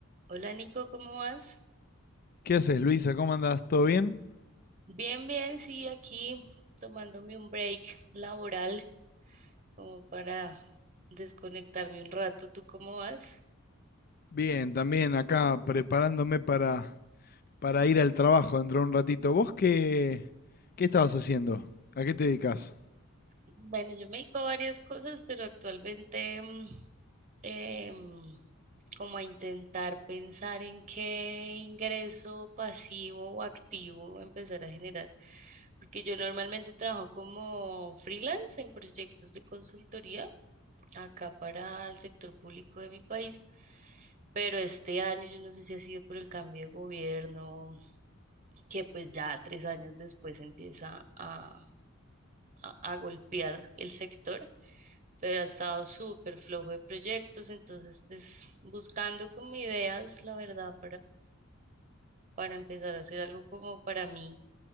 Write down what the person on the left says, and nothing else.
¿Qué haces, Luisa? ¿Cómo andás? ¿Todo bien?
Bien, también acá preparándome para, para ir al trabajo dentro de un ratito. ¿Vos qué, qué estabas haciendo? ¿A qué te dedicas?